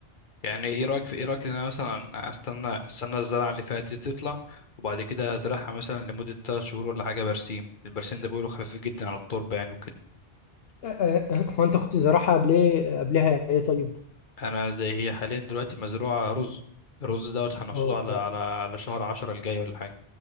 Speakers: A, on the left; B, on the left.
A: يعني ايه رايك في ايه رايك ان انا مثلا استنى استنى الزرعه اللي فاتت دي تطلع وبعد كده ازرعها مثلا لمده 3 شهور ولا حاجه برسيم البرسيم ده بيقولوا خفيف جدا على التربه يعني وكده
B: آه، آه، أه. هو انت كنت زراعة قبل ايه قبلها ايه طيب
A: انا ده هي حاليا دلوقتي مزروعه رز الرز دوت هنحصده
B: اه
A: على
B: ده
A: على على شهر عشرة الجاي ولا حاجه